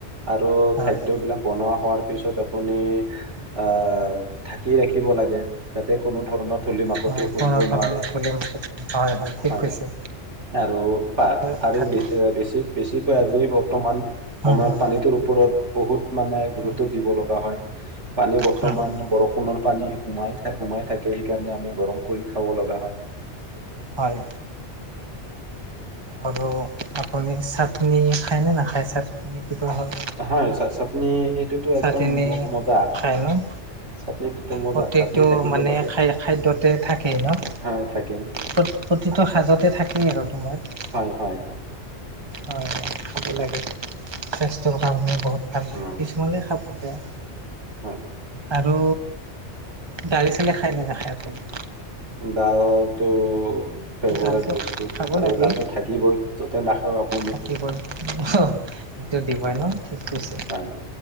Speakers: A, on the right (about 85°); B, on the right (about 25°).
A: আৰু
B: হয়
A: খাদ্যবিলাক বনোৱা হোৱাৰ পিছত আপুনি- আহ' থাকি ৰাখিব লাগে যাতে কোনো ধৰণত- ধূলি মাকতি
B: হয়
A: পৰিব
B: কোনো ধৰণৰ
A: নোৱাৰে।
B: খুলি মুখত হয় ঠিক
A: হয়
B: কৈছে
A: আৰু
B: হয় কথাটো
A: আৰু <unintelligible> বেছি-বেছিকৈ আজি বৰ্তমান সময়ত
B: হুম হুম
A: পানীটোৰ ওপৰত- বহুত মানে গুৰুত্ব
B: হুম
A: দিব লগা হয়। পানী বৰ্তমান
B: হুম হুম
A: বৰষুণৰ পানী- সোমাই থা, সোমাই থাকে সেই কাৰণে আমি গৰম কৰি খাব লগা হয়।
B: হয়। আৰু আপুনি চাটনি খায়নে নাখায়, চাটনি কিবা হত?
A: হয় চা- চাটনি এইটোতো
B: চাটনি
A: একদম ম- মজা
B: খায় ন'?
A: চাটনিটোতো মজা
B: প্ৰত্যেকটো
A: চাটনি থাকিব
B: মানে
A: লাগে
B: খাই খাদ্যতে থাকে ন'।
A: হয় থাকে।
B: প্ৰতি প্ৰতিটো সাজতেই থাকেই আৰু তোমাৰ।
A: হয়-হয়-হয়।
B: হয় খাব লাগে, স্বাস্থ্যৰ কাৰণে বহুত- ভাল,
A: উম
B: কিছুমানে খাব বেয়া-
A: হয়।
B: আৰু দালি-চালি খাই নে নাখাই আপুনি?
A: দালটো ফেভৰাইট
B: দালটো
A: বস্তু
B: খাব
A: আৰু
B: লাগে
A: দালটো থ থাকিবই যতে নাখক
B: থাকিবই অ সেইটো দিবই
A: উম
B: ন ঠিক কৈছে।
A: হয়